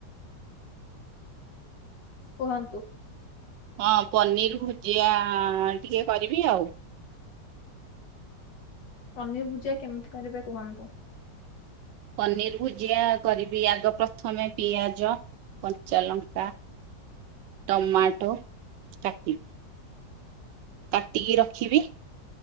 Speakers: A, on the left; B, on the right.
A: କୁହନ୍ତୁ।
B: ହଁ ପନିର୍ ଭୁଜିଆ ଟିକେ କରିବି ଆଉ।
A: ପନିର ଭୁଜିଆ କେମିତି କରିବେ କୁହନ୍ତୁ?
B: ପନିର ଭୁଜିଆ କରିବି ଆଗ ପ୍ରଥମେ ପିଆଜ କଞ୍ଚା ଲଙ୍କା। ଟମାଟୋ କାଟି କାଟିକି ରଖିବି।